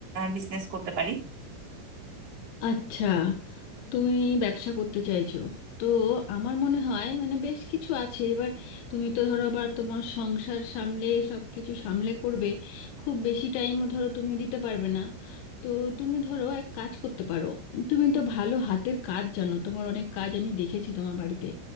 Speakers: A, on the right (about 35°); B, on the left (about 85°).
A: বিজনেস করতে পারি
B: আচ্ছা তুমি ব্যবসা করতে চাইছো তো আমার মনে হয় মানে বেশ কিছু আছে এবার তুমি তো ধরো আবার তোমার সংসার সামলে সব কিছু সামলে করবে খুব বেশি টাইমও ধরো তুমি দিতে পারবে না তো তুমি ধরো এক কাজ করতে পারো তুমি তো ভালো হাতের কাজ জানো তোমার অনেক কাজ আমি দেখেছি তোমার বাড়িতে